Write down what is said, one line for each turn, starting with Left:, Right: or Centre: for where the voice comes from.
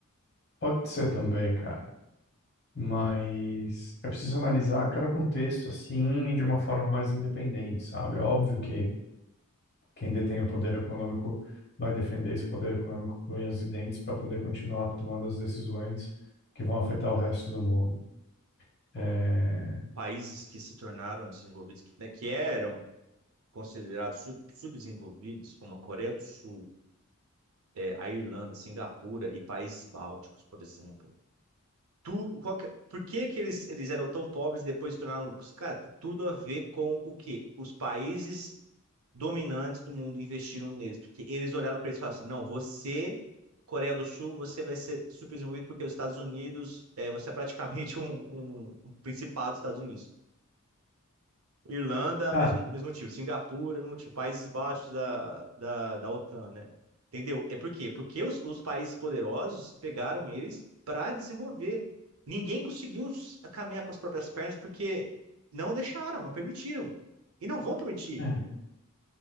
Left: pode ser também, cara. Mas é preciso analisar cada contexto assim de uma forma mais independente, sabe? É óbvio que quem detém o poder econômico vai defender esse poder econômico com unhas e dentes para poder continuar tomando as decisões que vão afetar o resto do mundo. É,
Right: Ó, países que se tornaram desenvolvidos, que, né, que eram considerados sub- subdesenvolvidos, como a Coreia do Sul, eh, a Irlanda, Singapura e países bálticos, por exemplo. Tu, qual que- por que que eles, eles eram tão pobres e depois se tornaram ricos? Cara, tem tudo a ver com o quê? Os países dominantes do mundo investiram neles, porque eles olharam para eles e falaram assim, não, você... Coreia do Sul, você vai ser subdesenvolvido porque os Estados Unidos, eh, você é praticamente <laughs> um, um, um principado dos Estados Unidos. Irlanda,
Left: Cara,
Right: mesmo, mesmo motivo. Singapura, mesmo motivo. Países Baixos da, da, da OTAN, né? Entendeu? É por quê? Porque os, os países poderosos pegaram eles para desenvolver. Ninguém conseguiu s- caminhar com as próprias pernas porque não deixaram, não permitiram. E não vão permitir.
Left: é,